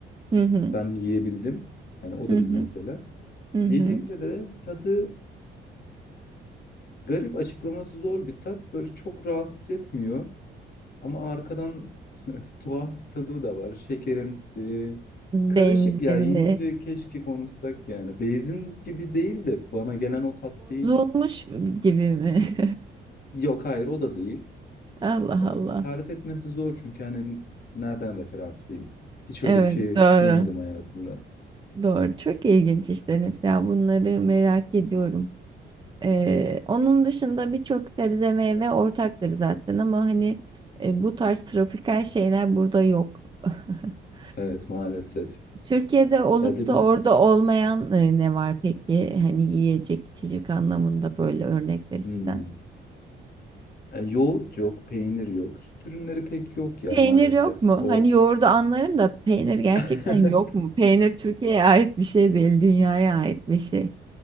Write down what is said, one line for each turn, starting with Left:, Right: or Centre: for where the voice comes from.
Right: Hı hı.
Left: Ben yiyebildim. Hani o da
Right: Hı hı.
Left: bir mesele.
Right: Hı
Left: Yediğimde
Right: hı.
Left: de tadı garip açıklaması zor bir tat. Böyle çok rahatsız etmiyor. Ama arkadan <laughs> tuhaf bir tadı da var. Şekerimsi. Karışık
Right: Benzinli.
Left: ya. Yiyince keşke konuşsak yani. Beyzin gibi değil de bana gelen o tat değil.
Right: Bozulmuş gibi mi?
Left: Yok hayır o da değil.
Right: <laughs> Allah
Left: Ee,
Right: Allah.
Left: tarif etmesi zor çünkü hani nereden referanslıyım? Hiç
Right: Evet
Left: öyle bir şey
Right: doğru.
Left: yemedim hayatımda.
Right: Doğru. Çok ilginç işte mesela bunları merak ediyorum. Ee, onun dışında birçok sebze meyve ortaktır zaten ama hani e, bu tarz tropikal şeyler burada yok. <laughs>
Left: Evet maalesef.
Right: Türkiye'de olup
Left: Ya dedin.
Right: da orada olmayan e, ne var peki? Hani yiyecek içecek anlamında böyle örnek verirsen.
Left: Hmm. E, yoğurt yok, peynir yok. Süt ürünleri pek yok ya
Right: Peynir
Left: maalesef.
Right: yok mu?
Left: O
Right: Hani yoğurdu anlarım da peynir gerçekten
Left: <laughs>
Right: yok mu? Peynir Türkiye'ye ait bir şey değil, dünyaya ait bir şey.